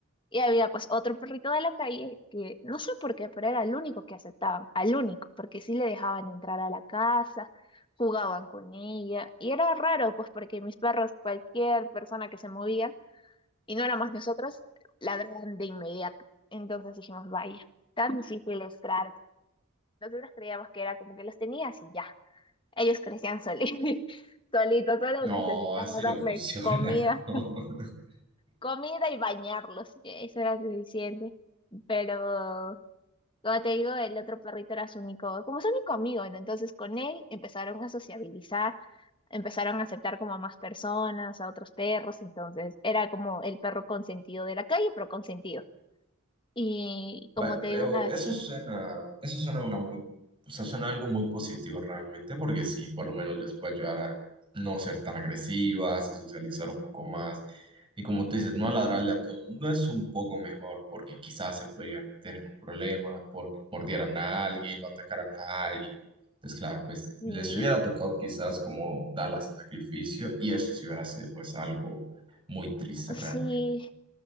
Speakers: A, on the left (about 25°); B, on the right (about 25°).
A: Y había pues otro perrito de la calle que no sé por qué, pero era el único que aceptaban, al único, porque sí le dejaban entrar a la casa, jugaban con ella. Y era raro, pues porque mis perros, cualquier persona que se movía, y no éramos nosotros, ladraron de inmediato. Entonces dijimos, vaya, tan difícil es claro. Nosotros creíamos que era como que los tenías y ya. Ellos crecían solitos, <laughs> solitos, solo
B: No,
A: necesitaba
B: así no
A: darle
B: funciona.
A: comida,
B: <laughs> no. <laughs>
A: comida y bañarlos. y Eso era suficiente. Pero, como te digo, el otro perrito era su único, como su único amigo, ¿no? entonces con él empezaron a sociabilizar, empezaron a aceptar como a más personas, a otros perros, entonces era como el perro consentido de la calle, pero consentido. Y como
B: Va,
A: te
B: Pero
A: digo una
B: eso
A: vez,
B: suena, eso suena una muy, o sea, suena algo muy positivo realmente, porque sí, por lo menos les puede ayudar a no ser tan agresivas, a socializar un poco más. Y como tú dices, no
A: sí,
B: ladrarle a todo el mundo es un poco mejor, porque quizás se podrían meter en un problema, porque mordieran a alguien o atacaran a alguien. Entonces, claro, pues
A: sí,
B: les hubiera tocado quizás como darlas en sacrificio, y eso sí hubiera sido pues algo muy triste realmente.
A: sí,